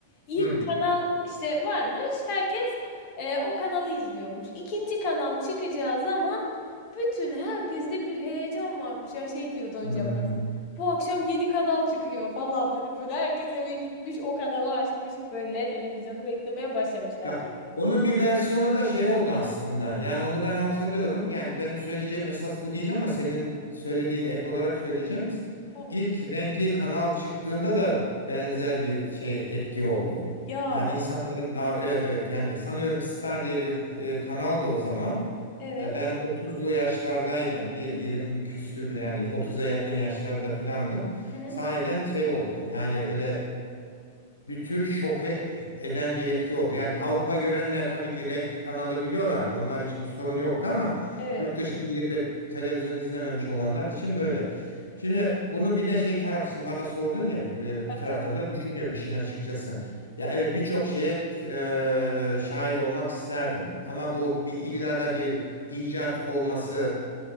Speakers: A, on the left; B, on the left.
A: İlk
B: Hı.
A: kanal işte varmış herkes e, o kanalı izliyormuş. İkinci kanal çıkacağı zaman bütün herkeste bir heyecan varmış. Ya şey diyordu hocam
B: Hı.
A: hocamız. Bu akşam yeni kanal çıkıyor falan. Hani böyle herkes eve gitmiş o kanalı açmış böyle televizyonu beklemeye başlamışlar
B: Ya
A: diyordu.
B: onun bir versiyonu da şey oldu aslında. Yani onu ben hatırlıyorum. Yani benim söyleyeceğim esas bu değil ama senin söylediğini ek olarak söyleyeceğim.
A: Tamam.
B: İlk renkli kanal çıktığında da benzer bir şey etki oldu.
A: Ya
B: Yani insanların daha evet evet yani sanıyorum Star diye bir e, kanaldı o zaman.
A: evet.
B: E, ben 30'lu yaşlardaydım. Y- 20 küsür yani 30'a yakın yaşlarda filandım.
A: Hı hı.
B: Sahiden şey oldu. Yani öyle e, bir tür şoke eden bir etki oldu. Yani Avrupa görenler tabii ki renkli kanalı biliyorlardı. Onlar için bir sorun yoktu ama
A: Evet.
B: yurt dışına girip de televizyon izlememiş olanlar için böyle. Şimdi bunun bir de şey tarafı şimdi bana sordun ya e,
A: Tabii
B: bir taraftan
A: tabii.
B: da düşünüyorum işin açıkçası. Ya evet birçok şeye e, şahit olmak isterdim ama bu bir illa da bir icat olması